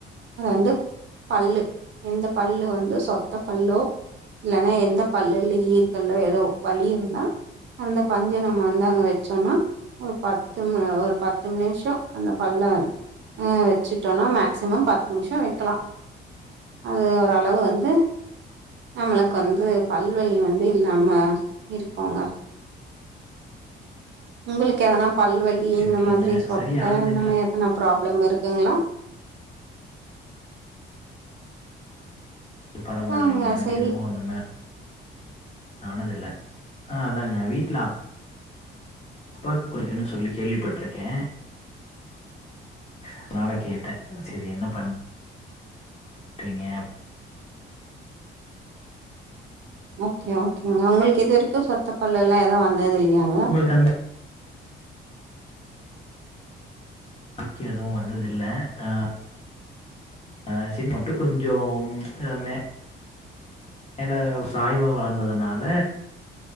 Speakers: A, on the right; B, on the left.
A: அத வந்து பல்லு எந்த பல்லு வந்து சொத்த பல்லோ இல்லன்னா எந்த பல்லுல்ல ஈற்கல்ல ஏதோ வலி இருந்தா அந்த பஞ்ச நம்ம வந்து அங்க வச்சோனா ஒரு பத்து ம் ஒரு பத்து நிம்ஷோ அந்த பல்லன் ஆ வச்சுட்டோனா மேக்சிமம் பத்து நிம்ஷோ வைக்கலா அது ஓரளவு வந்து நம்மளுக்கு வந்து பல்வலி வந்து இல்லாம இருக்கோங்க உங்களுக்கு ஏதனா பல்வலி
B: ஓகே
A: இந்த
B: ஓகேங்க.
A: மாதிரி சொத்த
B: சரி ஆகுதுங்களா?
A: இந்த என்மே எத்தனா பிராப்ளம் இருக் குங்களா
B: பரவாயில்லைங்க
A: ஆங்க
B: எனக்கு
A: சரி
B: எதுவு அந்த மா ஆனதில்ல அ அதாங்க வீட்ல அப் அப்பாக்கு புடிக்குனு சொல்லி கேள்விப்பட்ருக்கே அதனால கேட்டே சரி என்ன பண் பண்றிங்க
A: ஓகே ஓகேங்க உங்ளுக்கு இதுவரைக்கு சொத்த பல் எல்லா எதா வந்ததில் யாங்க
B: உங்களுக்கு அந்த க்கி எதுவு வந்ததில்ல அ அ சின் மட்டு கொஞ்சொ மே மேல சாய்வா வளந்ததுனால